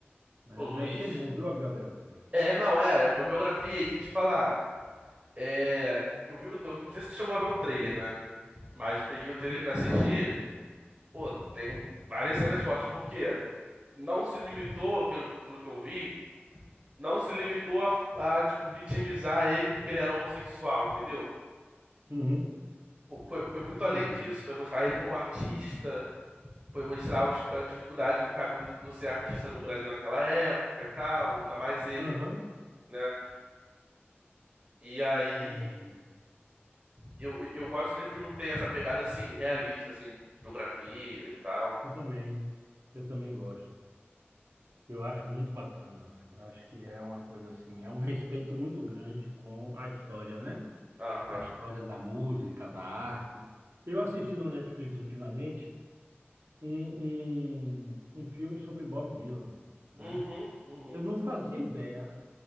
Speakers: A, on the right; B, on the right.
A: Né?
B: Pô, Luiz.
A: Deve ser bom, viu, a biografia.
B: É, não, é, foi uma biografia e te falar, é, eu vi o teu, não sei se tu chegou a ver o trailer, né? Mas peguei o trailer pra assistir. Pô, tem várias cenas fortes, porque não se limitou, pelo, pelo que eu vi, não se limitou a, a, tipo, vitimizar ele porque ele era homossexual, entendeu?
A: Uhum,
B: foi, foi muito
A: entendi.
B: além disso, foi mostrar ele como artista, foi mostrar os, a dificuldade do caminho de tu ser artista no Brasil naquela época e tal, ainda mais ele,
A: Aham,
B: né? E aí
A: é,
B: eu, eu gosto de filme que tem essa pegada assim, realista, assim, biografia e tal.
A: eu também. Eu também gosto. Eu acho muito bacana, velho. Eu acho que é uma coisa assim, é um respeito muito grande com a história, né?
B: Aham.
A: A história da música, da arte. Eu assisti no Netflix ultimamente um, um, um filme sobre Bob Dylan, né?
B: Uhum, uhum.
A: Eu não fazia ideia